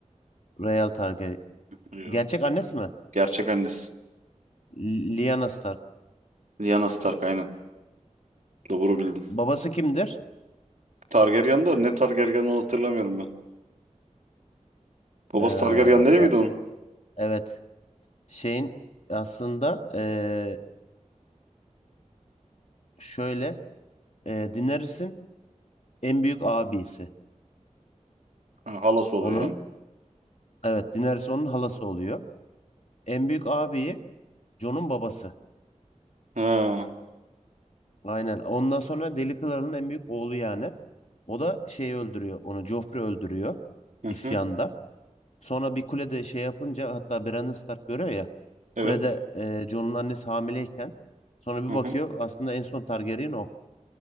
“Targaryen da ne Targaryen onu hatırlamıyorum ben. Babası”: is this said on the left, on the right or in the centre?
Right